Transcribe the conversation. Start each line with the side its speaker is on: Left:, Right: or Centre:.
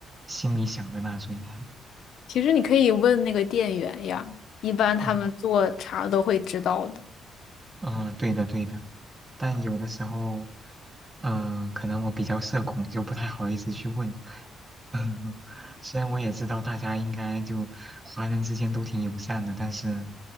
Right: 心里想的那种。<laughs>
Left: 其实你可以问那个店员呀，一般他们做茶都会知道的。
Right: 嗯，嗯、呃对的对的，但有的时候，嗯、可能我比较社恐，就不太好意思去问。<laughs> 虽然我也知道大家应该就华人之间都挺友善的，但是，